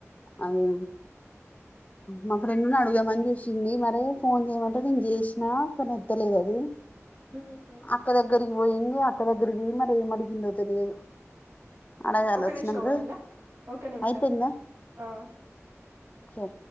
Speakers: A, on the left (about 30°); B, on the right (about 55°).
A: అదే మా ఫ్రెండ్ని అడుదామని చూసింది మరే ఫోన్ చేయమంటే నేను చేసినా అక్కని ఎత్తలేదు అది
B: మ్మ్
A: అక్క ద గరికి పోయింది ఒకక్క దగ్గరికి పోయి మరి ఏం అడిగిందో తెలియదు అడగాలి
B: ఒ
A: వచ్చినాక
B: నిమిష పోదునా ఒక నిమిష
A: అయిపోయిందా
B: ఆ
A: సరే